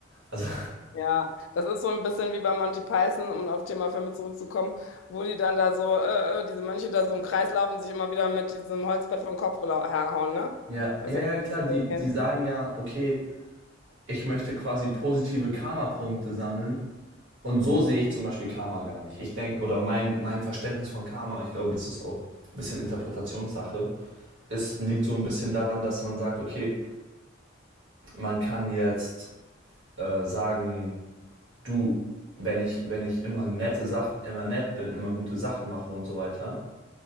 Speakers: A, on the right; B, on the left.
A: Also,
B: Ja, das ist so ein bisschen wie bei Monty Python, um auf Thema Filme zurückzukommen, wo die dann da so, äh, äh, diese Mönche da so im Kreis laufen, sich immer wieder mit diesem Holzbrett vom Kopf lau- herhauen,
A: <laughs>
B: ne?
A: ja,
B: Ich weiß
A: ja,
B: nicht,
A: ja,
B: ob
A: klar,
B: du das
A: die,
B: Ding kennst.
A: die sagen ja, okay, ich möchte quasi positive Karma-Punkte sammeln. Und so sehe ich zum Beispiel Karma gar nicht. Ich denke, oder mein, mein Verständnis von Karma, ich glaube, das ist auch ein bisschen Interpretationssache. Es liegt so ein bisschen daran, dass man sagt, okay, man kann jetzt äh, sagen, du, wenn ich, wenn ich immer nette Sach immer nett bin, immer gute Sachen mache und so weiter,